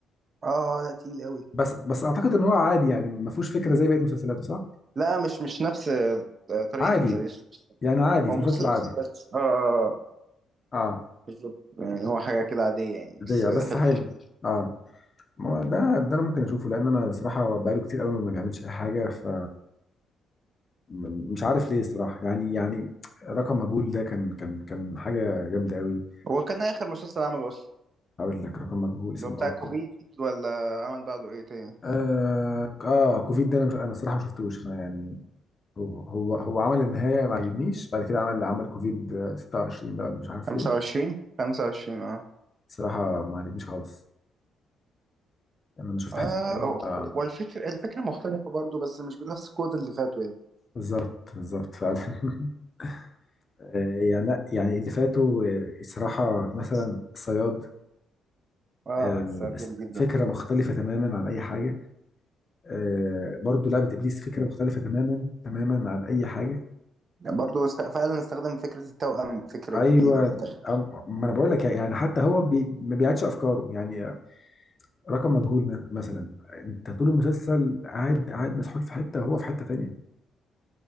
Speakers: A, on the right; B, on the left.
A: اه لا تقيل قوي
B: بس بس اعتقد ان هو عادي يعني ما فيهوش فكره زي بقيه مسلسلاته صح
A: لا مش مش نفس آه، طريقة
B: عادي
A: إيش.
B: يعني عادي
A: هو
B: في
A: مسلسل
B: مسلسل عادي
A: بس اه آه، آه،
B: اه
A: بالظبط يعني هو حاجة كده عادية يعني
B: ليا
A: بس
B: بس
A: حلو
B: حلو اه ما هو ده ده انا ممكن اشوفه لان انا صراحه بقاله كتير قوي ما بيعملش اي حاجه ف م- مش عارف ليه الصراحه يعني يعني رقم مجهول ده كان كان كان حاجه جامده قوي
A: هو كان آخر مسلسل عمله أصلا
B: هقول لك رقم مجهول اسمه
A: اللي هو بتاع
B: أبقى.
A: كوفيد ولا عمل بعده إيه تاني؟
B: اه اه كوفيد ده انا مش انا الصراحه ما شفتوش انا يعني هو هو هو عمل النهاية ما عجبنيش بعد كده عمل عمل كوفيد 26 ده ولا مش عارف
A: 25
B: ايه
A: 25 اه
B: بصراحة ما عجبنيش خالص يعني انا شفت
A: اه
B: حتة منه آه
A: هو هو الفكرة الفكرة مختلفة برضه بس مش بنفس القوة اللي فاتوا يعني
B: بالظبط بالظبط فعلا <laughs> آه، يعني لأ، يعني اللي فاتوا آه، الصراحة مثلا الصياد
A: اه
B: آه،
A: بس جامد جدا
B: فكرة مختلفة تماما عن أي حاجة آه، برضو لعبة إبليس فكرة مختلفة تماما تماما عن أي حاجة
A: برضه است- فعلا استخدم فكرة التوأم فكرة
B: أيوة
A: جديدة وبتاع
B: أم- ما أنا بقول لك يعني حتى هو بي ما بيعيدش أفكاره يعني رقم مجهول م- مثلا انت طول المسلسل قاعد قاعد مسحول في حته وهو في حته تانية